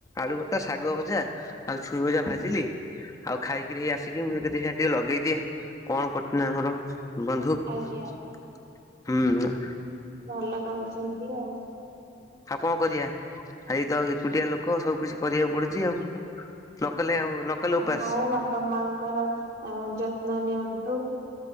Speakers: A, on the left; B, on the right.
A: ଆଳୁ ଭରତା ଶାଗ ଭଜା ଆଉ ଛୁଇଁ ଭଜା ଭାଜିଲି। ଆଉ ଖାଇକିରି ହେଇ ଆସିକି ମୁଁ ଦେଖିଆ ଟିକେ ଲଗେଇଦିଏ କଣ କରୁଚନ୍ତି ଆମର। ବନ୍ଧୁ ହୁଁ
B: ଆଜ୍ଞା
A: ଆଁ।
B: ଭଲ କରିଛନ୍ତି ଆଉ।
A: ଆଉ କଣ କରିବା ଏଇ ତ ଏକୁଟିଆ ଲୋକ ସବୁ କିଛି କରିବାକୁ ପଡୁଛି ଆଉ ନ କଲେ ଆଉ ନକଲେ ଉପାସ।
B: ହଉ ଆପଣ ମାଙ୍କର ଯତ୍ନ ନିଅନ୍ତୁ।